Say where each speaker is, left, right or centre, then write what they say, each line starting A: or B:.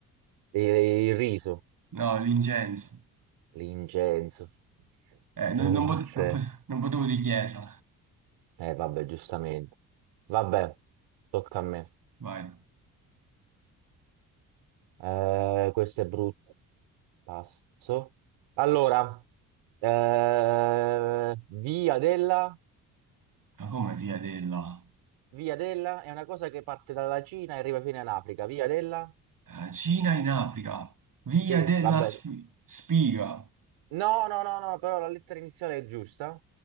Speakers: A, on the right; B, on the right.
A: e il riso,
B: No, l'incenso.
A: l'incenso,
B: Eh, non,
A: non
B: non
A: può
B: pot-
A: essere.
B: non pot- non potevo di chiesa.
A: Eh, vabbè, giustamente. Vabbè, tocca a me.
B: Vai.
A: Eh, questo è brutto. Passo. Allora, eh, via della,
B: Ma come via della
A: via della è una cosa che parte dalla Cina e arriva fino in Africa. Via della?
B: La Cina in Africa? Via
A: Sì,
B: della
A: vabbè.
B: sf- spiga?
A: No, no, no, no, però la lettera iniziale è giusta.